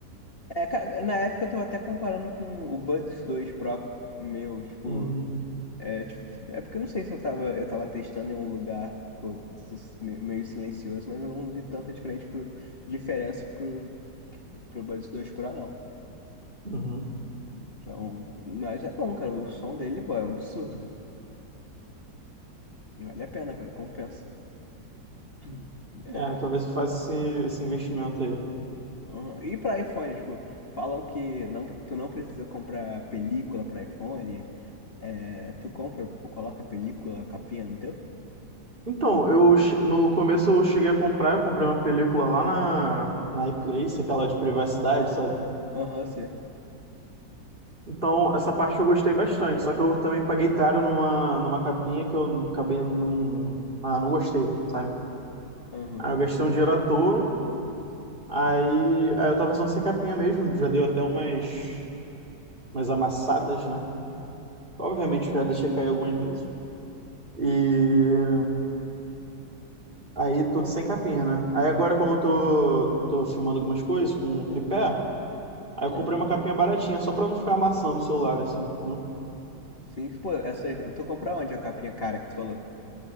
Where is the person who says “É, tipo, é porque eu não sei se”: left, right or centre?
Left